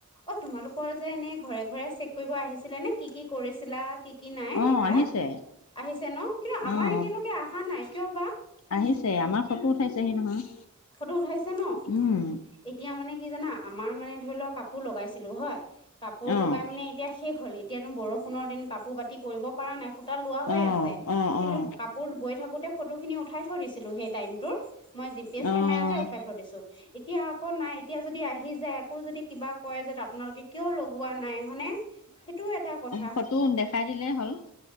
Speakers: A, on the left; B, on the left.
A: অঁ তোমালোকৰ যে এনেই ঘৰে ঘৰে চেক কৰিব আহিছিলে নে কি কি কৰিছিলা? কি কি নাই
B: অ',
A: এইবিলাক
B: আহিছে
A: আহিছে ন কিন্তু
B: অ',
A: আমাৰ এতিয়ালৈকে অহা নাই কিয় বা?
B: আহিছে আমাৰ ফটো উঠাইছেহি নহয়
A: ফটো উঠাইছে ন
B: উম,
A: এতিয়া মানে কি জানা আমাৰ মানে ধৰি লওক কাপোৰ লগাইছিলো হয় কাপোৰ
B: অ',
A: লগাই মানে এতিয়া শেষ হ'ল এতিয়াতো বৰষুণৰ দিন কাপোৰ বাতি কৰিব পৰা নাই সূতা লোৱা হৈ
B: অ',
A: আছে
B: অ',
A: কিন্তু
B: অ',
A: ক'ত গৈ থাকোতে ফটো খিনি উঠাই থৈ দিছিলো সেই টাইমটোত মই জিপিএছ
B: অ',
A: কেমেৰাতে উঠাই থৈ দিছো এতিয়া আকৌ নাই এতিয়া যদি আহি যায় আকৌ যদি কিবা কয় যে আপোনালোকে কিয় লগোৱা নাই হয়নে সেইটো এটা কথা
B: ফটো দেখাই দিলেই হ'ল